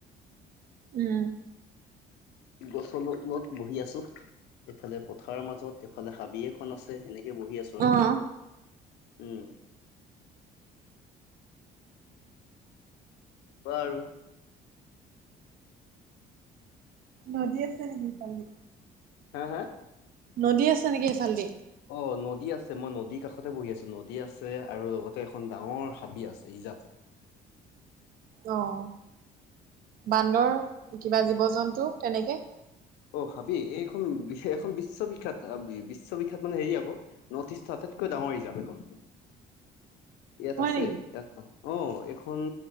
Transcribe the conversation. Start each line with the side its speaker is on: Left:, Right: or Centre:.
Right: উমঁ! উমঁ!
Left: গছত মোৰ বহি আছো এফালে পথাৰৰ মাজত এফালে হাবি এখন আছে এনে হেনেকে এনেকে বহি আছো আৰু
Right: অ',
Left: উমঁ উমঁ। কোৱা আৰু
Right: নদী আছে নেকি ইফালেদি
Left: হা হা?
Right: নদী আছে নেকি ইফালেদি
Left: অঁ নদী আছে মই নদীৰ কাষতে বহি আছো নদী আছে আৰু লগতে এখন ডাঙৰ হাবি আছে ইজাপ
Right: অঁ! বান্দৰ কিবা জীৱ জন্তু তেনেকে
Left: অঁ! হাবি এইখন বিশ এখন বিশ্ববিখ্যাত বিশ্ববিখ্যাত মানে হেৰি আকৌ নৰ্থ ইষ্ট আটাইতকৈ ডাঙৰ হি যাম এখন ইয়াত
Right: হয়
Left: আছে
Right: নেকি?
Left: ইয়াত। <unintelligible> অ' এইখন